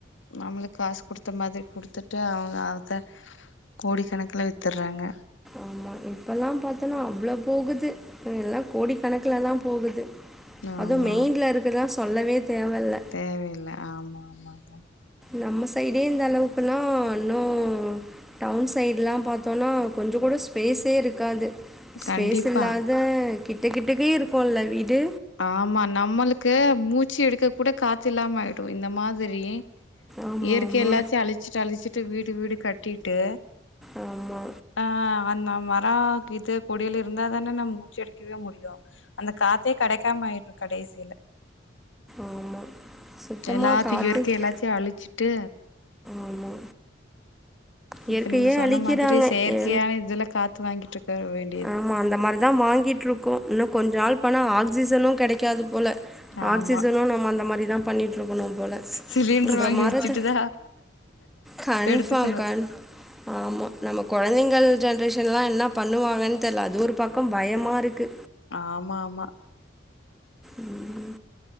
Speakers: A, on the left (about 85°); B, in the centre.
A: நம்மளுக்கு காசு குடுத்த மாதிரி குடுத்துட்டு அவ் அத கோடி கணக்கில வித் த்திர்ராங்க
B: ஆமா இப்பல்லாபாத்தனா அவ்ள போகுது எல்லாகோடி கணக்கலலா போகுது
A: ஆமா
B: அது மெய்ண்ல இருக்கதா சொல்லவே தேவல்ல
A: தேவயில்ல ஆமா ஆமாங்க
B: நம்ம சைடே இந்த அளவுக்குனா னொ டவுன் சைட்லா பாத் தோனா கொஞ்ச கூட ஸ்பேஸே இருக்காது ஸ்பேஸ்
A: கண்டிப்பா
B: இல்லாத் த கிட்ட கிட்டக் கே இருக்கோல்ல வீடு
A: ஆமா நம்மளுக்கு மூச்சு எடுக்க கூட காத்து இல்லாம ஆயிடு இந்த மாதிரி
B: அந்த மாதிரி
A: இயற்கை
B: ஆமா ஆமா
A: எல்லாச்சையு அழிச்சிட்டு அழிச்சிட்டு வீடு வீடு கட்டிட்டு
B: ஆமா
A: ஆ அன்னா வரா கீட்து கொடியில இருந்தாதானே நம்ம உச்சரிக்க வே முடியு அந்த காத்தே கிடைக்காமயிடு கடைசில
B: ஆமா சுத்தமா
A: எல்லாத்தையு
B: காத்து
A: இயற்க்கை
B: காத்து
A: எல்லாத்தையு அழிச்சுட்டு
B: ஆமா இயற்கையே
A: இப்ப நீங்க சொன்ன
B: அழிக்கிறாங்க
A: மாதிரி செயற்கயா
B: எ
A: இதுல காத்து வாங்கிட்டு இருக்க வேணு
B: ஆமா அந்த மாரிதா வாங்கிட்ருக்கோ இன்னு கொஞ்ச ஆள் போனா ஆக்சிஜனு கெடைக்காது போல
A: ஆமா
B: ஆக்சிஜனு நம்ம அந்த மாரிதா பண்ணிட்டு இருக்கணு போல
A: சிலிண்டர்
B: அப்புறோ
A: வாங்கி
B: மருது
A: வச்சுட்டுதா
B: கன்பார்ம்
A: எடுத்துக்கணு
B: கன்ஃப் ஆமா நம்ம கொழந்தைங்கள் ஜென்ரேஷன்லா என்ன பண்ணுவாங் கன் தெரியல அது ஒரு பக்கோ பயமா இருக்கு
A: ஆமா ஆமா
B: ம்